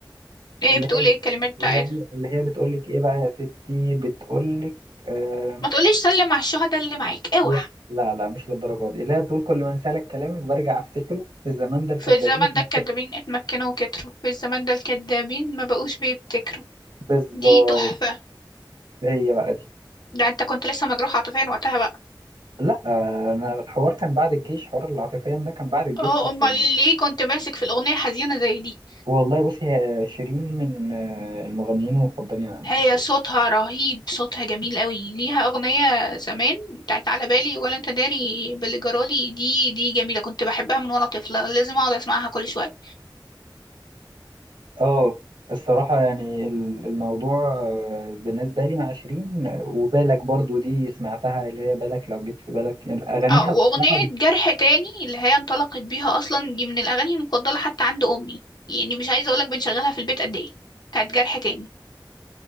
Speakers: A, on the left; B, on the right.
A: ايه
B: اللي
A: بتقول
B: هي
A: ايه الكلمات بتاعتها
B: اللي هي اللي هي بتقول لك ايه بقى يا ستي بتقول لك آه...
A: ما تقوليش سلم على الشهداء اللي معاك اوعى
B: لا لا لا مش للدرجه دي اللي هي بتقول كل ما انسى لك كلامك برجع افتكره الزمان ده الكدابين
A: في الزمن
B: اتنكدوا
A: ده الكدابين اتمكنوا وكتروا في الزمن ده الكدابين ما بقوش بيبتكروا
B: بالظبط
A: دي تحفة
B: هي بقى دي
A: ده انت كنت لسه مجروح عاطفيا وقتها بقى
B: لا آه، انا الحوار كان بعد الجيش حوار العاطفيا ده كان بعد الجيش
A: اه
B: اصلا
A: امال ليه
B: يعني.
A: كنت ماسك في الاغنيه حزينه زي دي
B: والله بصي هي شيرين من آه، المغنيين المفضلين عندي
A: هي
B: الصراحة.
A: صوتها رهيب صوتها جميل قوي ليها اغنيه زمان بتاعت على بالي ولا انت داري باللي جرالي دي دي جميله كنت بحبها من وانا طفله لازم اقعد اسمعها كل شويه
B: اه الصراحة يعني ال- الموضوع آه، بالنسبة لي مع شيرين آه، وبالك برضو دي سمعتها اللي هي بالك لو جيت في بالك يعني أغانيها
A: اه
B: الصراحة
A: واغنيه جرح تاني اللي هي انطلقت بيها اصلا دي من الاغاني المفضله حتى عند امي يعني مش عايزه اقولك بنشغلها في البيت قد ايه بتاعت جرح تاني